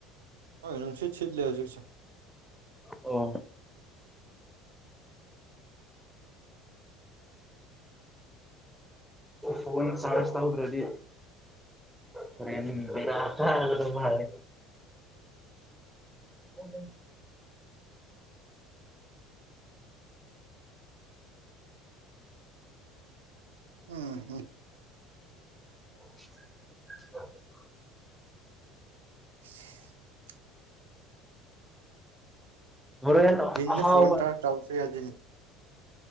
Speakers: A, on the right (about 75°); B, in the centre.
A: ꯅꯨꯡꯁꯤꯠ ꯁꯤꯠ ꯂꯦ ꯍꯧꯖꯤꯛꯁꯦ
B: ꯑꯣ ꯐꯣꯟ ꯆꯥꯖ ꯇꯎꯗ꯭ꯔꯦꯗꯤ ꯍꯧꯔꯦꯟ ꯕꯦꯔ ꯀꯔꯒꯗꯧ ꯃꯥꯜꯂꯦ ꯑꯣ <unintelligible>
A: ꯎꯝ
B: <inaudible>
A: <inaudible>
B: ꯍꯣꯔꯦꯟ ꯑꯍꯥꯎꯕ
A: ꯅ ꯐꯣꯟ ꯇ ꯆꯥꯎꯥꯎꯁ ꯌꯥꯗꯅꯤ